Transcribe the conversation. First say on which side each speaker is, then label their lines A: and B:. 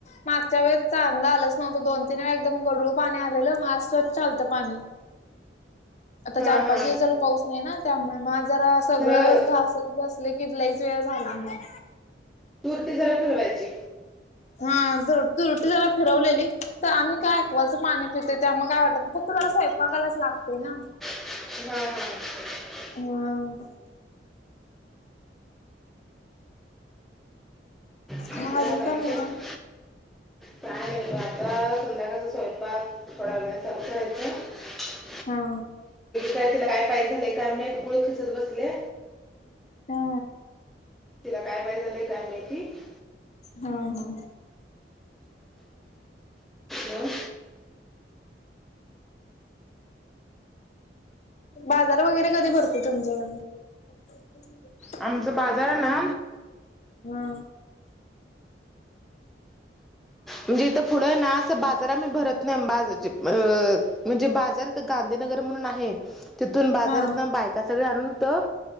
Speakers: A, on the left; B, in the centre.
A: मागच्या वेळेस चांगला आलंच नव्हतं. दोन तीन वेळा एकदम गढूळ पाणी आलेलं मग आज स्वच्छ आलतं पाणी. आता
B: हा
A: चार
B: हा
A: पाच दिवस झालं, पाऊस नाही ना. त्यामुळे मग आज जरा सगळंच
B: त्याला
A: घासत बसले की लईच वेळ झाला मग.
B: तुरटी घरात ठेवायची.
A: हा, तुरटी बगा फिरवलेली, तर आम्ही काय याक्वा चं पाणी पितोय त्यामुळं काय वाटत नाय फ तुला स्वयंपाकालाच लागतंय ना.
B: हं..
A: हं..
B: हा,
A: मग अजून का
B: आणि
A: म्हणताय?
B: काय? काय, आता संध्याकाळीच स्वयंपाक. पडतयच. <unintelligible>
A: हा.
B: यातला काय पाहिजे, झाय मुळं खीसत बसले.
A: हा.
B: तिला काय पाहिजे झाले काय माहिती
A: हा हा.
B: मग
A: बाजार वगैरे कधी भरतो तुमच्याकडे? <inaudible>
B: आमचा बाजार ना.
A: हा.
B: म्हणजे इथं पुढं ना, असं बाजार आम्ही भरत नाही. बाजारचे, अं, म्हणजे बाजार. गांधीनगर म्हणून आहे, तिथून बाजारातून
A: हा
B: बायका सगळं आणून तर.